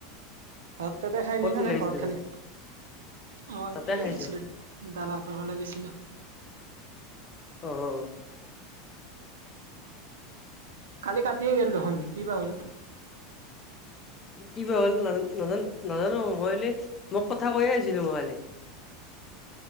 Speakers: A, on the right (about 70°); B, on the left (about 30°).
A: ভাত তাতে খাই
B: ক'ত
A: ল নে
B: ওলাই
A: নাই
B: আহিছিলি
A: ঘৰত খালি?
B: তই
A: অ
B: তাতে
A: এ
B: আহিছো
A: গৈছিলো দাদাহঁতৰ ফলে গৈছিলো।
B: অ অ অ।
A: কালি কাটিয়ে গ' দেখোন কি বা হ'ল।
B: কি হ'ল নান নাজানো নাজানো মইল মোক কথা কৈয়ে আছিলো মই কালি।